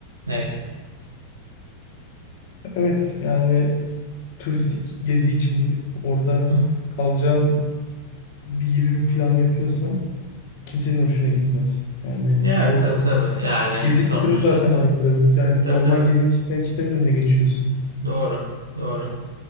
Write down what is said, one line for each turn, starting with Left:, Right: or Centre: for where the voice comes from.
Right: Neyse.
Left: Evet yani turistik gezi için gidip orada
Right: Hı hı.
Left: kalacağın bir gibi bir plan yapıyorsan kimsenin hoşuna gitmez. Yani
Right: Evet
Left: bu
Right: tabii tabii. Yani
Left: gezi
Right: sonuçta
Left: kültürüne zaten
Right: evet.
Left: aykırı. Yani
Right: tabii
Left: normal
Right: tabii.
Left: gezmek isteyen kişilerin önüne geçiyorsun.
Right: Doğru. Doğru.